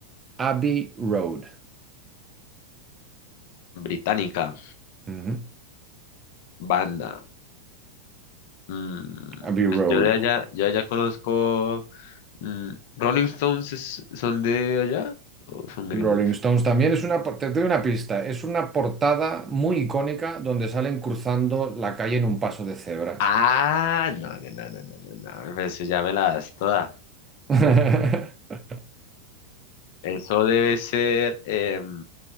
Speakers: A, on the right; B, on the left.
A: Abbey Road?
B: Británica.
A: Ujú,
B: Banda. Mm,
A: Abbey Road.
B: pues yo de allá, yo de allá conozco. mm, Rolling Stones es- son de allá o son gringos.
A: Rolling Stones también es una, por- te doy una pista, es una portada muy icónica donde salen cruzando la calle en un paso de cebra.
B: Ah, no, no, no, no, no, no, no, pues ya me la das toda.
A: <laughs>
B: Eso debe ser em,